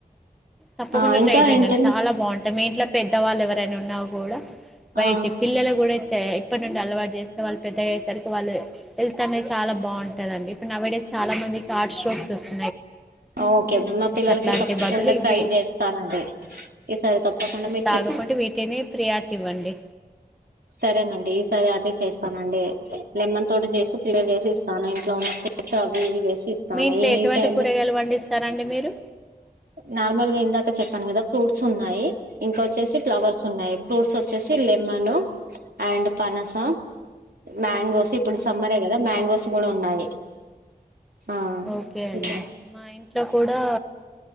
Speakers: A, in the centre; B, on the right.
A: తప్పకుండా
B: ఆ ఇంకా
A: ట్రై చేయండి
B: ఏంటండి
A: అండి చాలా బాగుంటాయి మీ ఇంట్లో పెద్దవాళ్ళు ఎవరైనా ఉన్నా గూడ బయట
B: ఆ
A: పిల్లల గూడ <unintelligible> ఇప్పటి నుండి అలవాటు చేస్తే వాళ్ళు పెద్దయ్యేసరికి వాళ్ళు హెల్త్ అనేది చాలా బావుంటదండి ఇప్పుడు నవిడే చాలా మందికి హార్ట్ స్ట్రోక్స్ వస్తు
B: ఓకే మా పిల్లలకి
A: అట్లాంటి
B: తప్పకుండా
A: బదులు ఇవి
B: ట్రై చేస్తానండి ఈసారి తప్పకుండా మీ
A: తాగకుండి వీటినే ప్రియాకి ఇవ్వండి
B: సరేనండి ఈసారి అదే చేస్త అవు నండి లెమన్ తోటి చేసి ప్రిపేర్ చేసి ఇస్తాను ఇంట్లో ఉన్న ఫ్రూట్స్ అవి ఇవి వేసి ఇస్తాను
A: మీ ఇంట్లో
B: ఈవినింగ్
A: ఎటువంటి
B: టైమ్
A: కూరగాయలు
B: లో
A: పండిస్తారండి మీరు
B: నార్మల్ గా ఇందాక చెప్పాను కదా ఫ్రూట్స్ ఉన్నాయి ఇంకొచ్చేసి ఫ్లవర్స్ ఉన్నాయి ఫ్రూట్స్ వచ్చేసి లెమన్ అండ్ పనస మ్యాంగోస్ ఇప్పుడు సమ్మరే కదా మ్యాంగోస్ గూడా ఉన్నాయి ఆ
A: ఓకే అండి
B: ఇంకా
A: మా ఇంట్లో కూడా